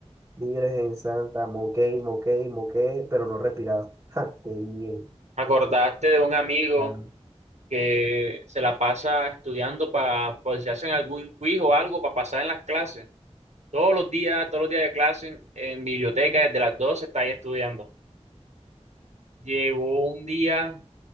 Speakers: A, on the right; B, on the right.
A: Virgen Santa, moqué, moqué, moqué, pero no respiraba. <laughs> ¡Ja! ¡Qué bien!
B: me acordaste de un amigo
A: Ah,
B: que se la pasa estudiando para, por si hacen algún quiz o algo, para pasar en las clases. Todos los días, todos los días de clase, en biblioteca, desde las 12 está ahí estudiando. Llegó un día